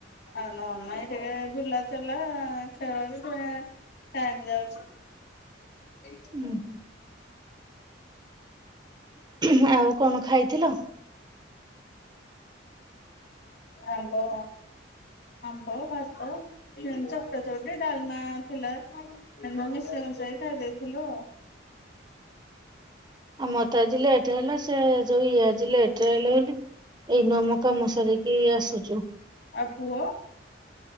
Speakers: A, on the left (about 60°); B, on the right (about 25°).
A: ଆଉ ନ ନା ଏଟେ୍ ହେ ବୁଲାଚଲା ଖେଳରେ ପୁରା ଟାଇମ୍ ଯାଉଚି। ଏଇଠି।
B: ଉଁ ହୁଁ। ଥିଲା ଆଉ କଣ ଖାଇଥିଲ?
A: ହାଲୋ ଆମ୍ୱ ଭାତ। ସେମିତି ଚକଟା ଚକଟି ଡାଲମା ଥିଲା। ଆମେ ବି ସେମ ଚଇଥା ଦେଇଥିଲୁ।
B: ଆମର ତ ଆଜି ଲେଟ୍ ହେଲା ସେ ଯୋ ଇଏ ଆଜି ଲେଟେ ରେ ଆଇଲେ ବୋଲି। ଏଇନା ଆମ କାମ ସାରିକି ଆସୁଚୁ।
A: ଆଉ ପୁଅ?